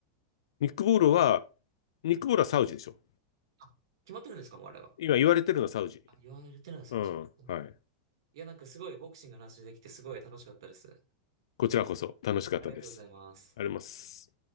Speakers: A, on the left (about 80°); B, on the right (about 75°).
A: ニックボールは、
B: 決まっ、
A: ニックボールはサウジでしょ。
B: あ決まってるんですかもうあれは。
A: 今言われてるのはサウジ。
B: あ、言われてるのはそれじゃないですね。
A: うん。はい。
B: いや、なんかすごいボクシングの話できてすごい楽しかったです。
A: こちらこそ楽しかったです。
B: ありがとうございます。
A: あります。